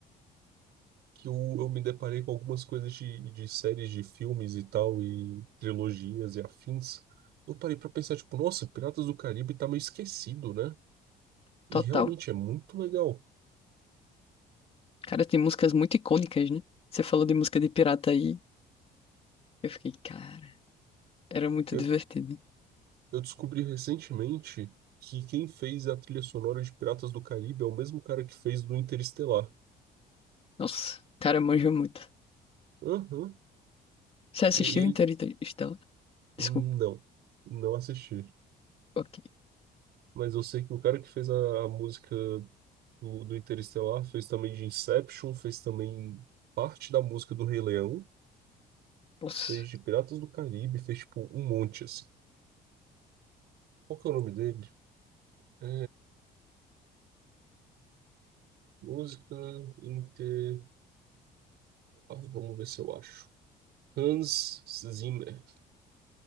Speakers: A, on the right (about 75°); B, on the left (about 35°).
A: que eu, eu me deparei com algumas coisas de, de séries de filmes e tal, e trilogias e afins. Eu parei pra pensar, tipo, nossa, Piratas do Caribe tá meio esquecido, né?
B: Total.
A: E realmente é muito legal.
B: Cara, tem músicas muito icônicas, né? Você falou de música de pirata aí. Eu fiquei, cara. Era muito
A: Eu,
B: divertido.
A: eu descobri recentemente que quem fez a trilha sonora de Piratas do Caribe é o mesmo cara que fez do Interestelar.
B: Nossa. Cara, manja muito.
A: Aham.
B: Você assistiu
A: E, e ele.
B: Interestelar?
A: hum,
B: Desculpa.
A: Não, não assisti.
B: Ok.
A: Mas eu sei que o cara que fez a, a música do, do Interestelar, fez também de Inception, fez também parte da música do Rei Leão,
B: Nossa.
A: fez de Piratas do Caribe, fez tipo um monte assim. Qual que é o nome dele? É, música Interestelar, vamos ver se eu acho. Hans Zimmer.